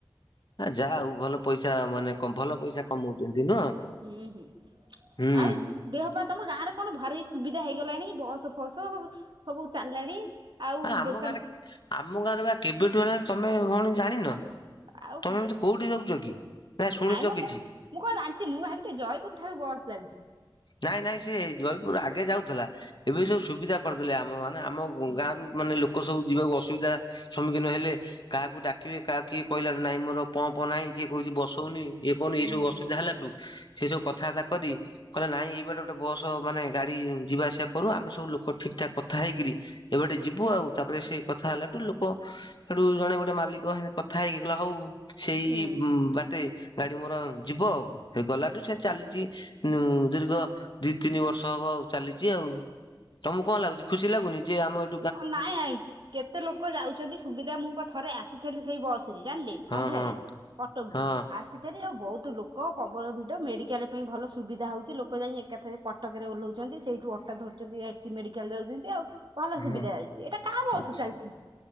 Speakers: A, on the left (about 60°); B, on the right (about 65°).
A: ଆ ଯାହା ହଉ ଭଲ ପଇସା ମାନେ ଭଲ ପଇସା କମଉଚନ୍ତି ନୁହଁ?
B: ହୁଁ ହୁଁ
A: ହୁଁ।
B: ଆଉ ଦେହପା ତମ ଗାଁରେ କଣ ଭାରି ସୁବିଧା ହେଇଗଲାଣି ବସ ଫସ ସବୁ ଚାଲିଲାଣି। ଆଉ
A: ଆମ
B: ଦୋକାନ
A: ଗାଁରେ ଆମ ଗାଁରେ ବା କେବେଠୁ ହେଲାଣି ତମେ ଭଉଣୀ ଜାଣିନ?
B: ଆଉ
A: ତମେ ଏମିତି କୋଉଠି ରହୁଚ କି ନାଇଁ ଶୁଣିଚ
B: ମ
A: କିଛି?
B: ମୁଁ ମୁଁ କଣ ଜାଣିଚି ମୁଁ ଭାବିଲି ଜୟିପୁର୍ ଠାରୁ ବସ୍ ଯାଉଚି।
A: ନାଇଁ ନାଇଁ ସେ ଜୟପୁର ଆଗେ ଯାଉଥିଲା ଏବେ
B: ହୁଁ
A: ସବୁ ସୁବିଧା କରିଦେଲେ ଆମ ମାନେ ଆମ
B: ହୁଁ
A: ଗାଁ ରୁ ମାନେ ଲୋକ ସବୁ ଯିବାକୁ ଅସୁବିଧା ସମ୍ମୁଖୀନ ହେଲେ କାହାକୁ ଡାକିବେ କାହା କିଏ କହିଲା ନାଇଁ ମୋର ପମ୍ପ ନାଇଁ କିଏ କହୁଛି ବସଉନି। କଣ ଏଇ
B: ହୁଁ
A: ସବୁ ଅସୁିବିଧା
B: ହୁଁ।
A: ହେଲାଠୁ ସେଇ ସବୁ କଥାବାର୍ତ୍ତା କରି କହିଲେ ନାଇଁ ଏଇ ବାଟ ଗୋଟେ ବସ ମାନେ ଗାଡି ଯିବା ଆସିବା କରୁ ଆମେ ସବୁ ଲୋକ ଠିକ ଠାକ କଥା ହେଇକିରି ଏବାଟେ ଯିବୁ ଆଉ ତାପରେ ସେଇ କଥା ହେଲାଠୁ ଲୋକ ସେଠୁ ଜଣେ ଗୋଟେ ମାଲିକ ହେନେ କଥା ହେଇକି କହିଲା ହଉ ସେଇ
B: ହୁଁ।
A: ବାଟେ ଗାଡି ମୋର ଯିବ ଆଉ ହେ ଗଲାଠୁ ସେ ଚାଲିଛି ଉଁ ଦୀର୍ଘ ଦି ତିନି ବର୍ଷ ହବ ଆଉ ଚାଲିଛି ଆଉ ତମକୁ କଣ ଲାଗୁଛି? ଖୁସି ଲାଗୁନି ଯେ ଆମ ଏଠି
B: ହଁ ନାଇଁ ନାଇଁ କେତେ ଲୋକ ଯାଉଛନ୍ତି ସୁବିଧା ମୁଁ ଥରେ ଆସିଥିଲି ସେଇ ବସ ରେ ଜାଣିଲେ ସନ୍ଧ୍ୟାରେ
A: ହଁ ହଁ
B: କଟକରୁୁ
A: ହଁ
B: ଆସି ଏଥିରେ ଆଉ ବହୁତ ଲୋକ ପବଳ ଭିଡ଼ ମେଡିକାଲ ପାଇଁ ଭଲ ସୁବିଧା ହଉଛି ଲୋକ ଯାଇ ଏକାଥରେ କ ଟକରେ ଓଲୋହୋଉଛନ୍ତି ସେଇଠୁ ଅଟ ଧଛନ୍ତି ଏସି ମେଡିକାଲ ଯାଉଛନ୍ତି ଆଉ ଭଲ
A: ହଁ
B: ସୁବିଧା ଚାଲିଛି ଏଇଟା କାହା ବସ
A: ଅଛି
B: ଚାଲିଛି।